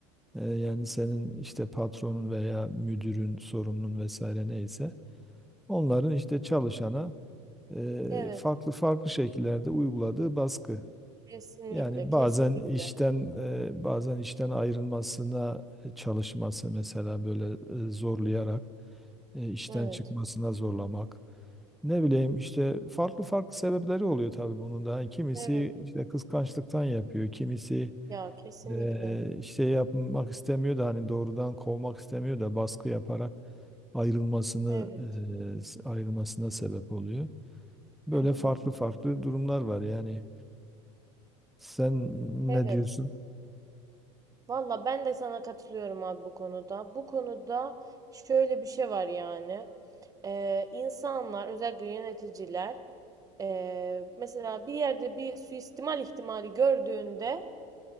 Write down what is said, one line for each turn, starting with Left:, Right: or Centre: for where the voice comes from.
Centre: e, yani senin işte patronun veya müdürün, sorumlun vesaire neyse Onların işte çalışana e,
Right: Evet.
Centre: farklı farklı şekillerde uyguladığı baskı.
Right: Kesinlikle,
Centre: Yani
Right: kesinlikle.
Centre: bazen işten e, bazen işten ayrılmasına çalışması mesela böyle e, zorlayarak e, işten
Right: Evet.
Centre: çıkmasına zorlamak. Ne bileyim işte farklı farklı sebepleri oluyor tabii bunun da. Yani Kimisi
Right: Evet.
Centre: işte kıskançlıktan yapıyor, kimisi
Right: Ya kesinlikle.
Centre: e, işte yapmak istemiyor da hani doğrudan kovmak istemiyor da baskı yaparak ayrılmasını
Right: Evet.
Centre: e, ayrılmasına sebep oluyor. Böyle
Right: Hı
Centre: farklı
Right: hı.
Centre: farklı durumlar var yani. Sen
Right: Evet.
Centre: ne diyorsun?
Right: Valla ben de sana katılıyorum abi bu konuda. Bu konuda şöyle bir şey var yani. Ee, insanlar özellikle yöneticiler Ee, mesela bir yerde bir suistimal ihtimali gördüğünde